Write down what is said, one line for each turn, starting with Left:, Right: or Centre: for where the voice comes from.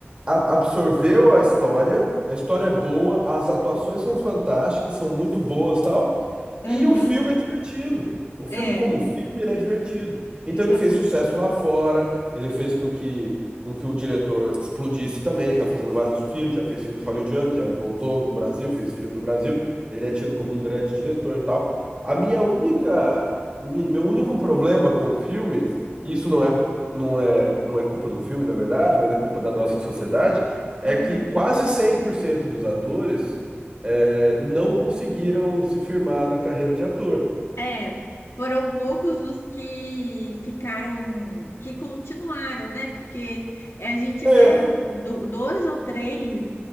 Right: a- absorveu a história, a história é boa, as atuações são fantásticas, são muito boas, tal.
Left: aham,
Right: E o filme é divertido. O filme
Left: é.
Right: como filme, ele é divertido. Então ele
Left: A-
Right: fez sucesso lá fora, ele fez com que com que o diretor explodisse também. Ele tá fazendo vários filmes, já fez filmes hollywoodianos, já voltou no Brasil, fez filme do Brasil. Ele é tido como um grande diretor, e tal. A minha única, mi- meu único problema com o filme, e isso não é, não é, não é culpa do filme, na verdade, mas é culpa da nossa sociedade, é
Left: Aham.
Right: que quase 100% dos atores eh, não conseguiram se firmar na carreira de ator.
Left: É, foram poucos os que ficaram, que continuaram, né? Porque é, a gente
Right: É,
Left: vê do- dois ou três